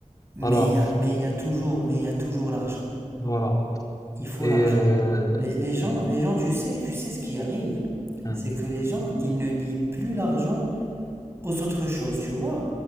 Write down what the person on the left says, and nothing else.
voilà,
voilà.
Et
euh,
hum,